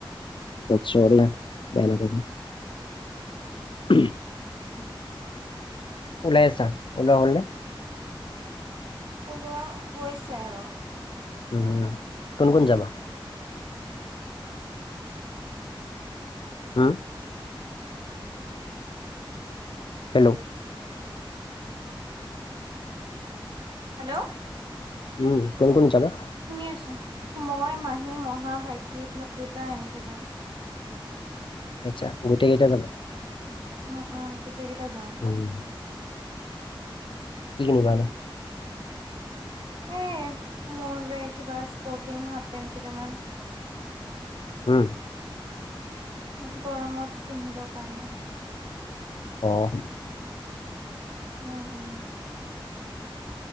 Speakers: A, on the left; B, on the right.
A: বট চৰি হা বেয়া নাপাবা। উম
B: <inaudible>
A: ওলাই আছা ওলোৱা হ'ল নে?
B: ওলোৱা হৈছে আৰু
A: উম, কোন-কোন যাবা? হুম। হেল্ল'?
B: হেল্ল'?
A: উম, কোন - কোন যাবা?
B: শুনি আছোঁ। মই, মাহী, মহা, ভাইটি দুটা এনেকে যাম।
A: আচ্ছা গোটেই কেইটা যাব।
B: উম, উম, গোটেই কেইটা যাম।
A: উম কি কি নিবা এনে?
B: এ, মোৰ এ কিবা স্পৰ্টিং হাফ পেণ্ট কেইটামান।
A: হুম।
B: উম, গৰমত পিন্ধিব কাৰণে।
A: অ',
B: উম, উম,